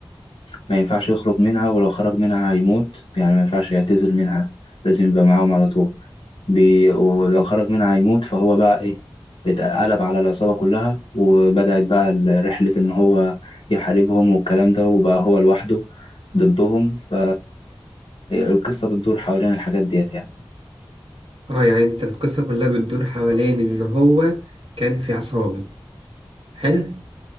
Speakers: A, on the left; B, on the right.
A: ما ينفعش يخرج منها ولو خرج منها هيموت يعني ما ينفعش يعتزل منها لازم يبقى معاهم على طول بي... ولو خرج منها هيموت فهو بقى إيه اتقلب على العصابة كلها وبدأت بقى ال- رحلة إن هو يحاربهم والكلام ده وبقى هو لوحده ضدهم ف القصة بتدور حوالين الحاجات ديت يعني
B: اه يعني انت القصة كلها بتدور حوالين ان هو كان في عصابة حلو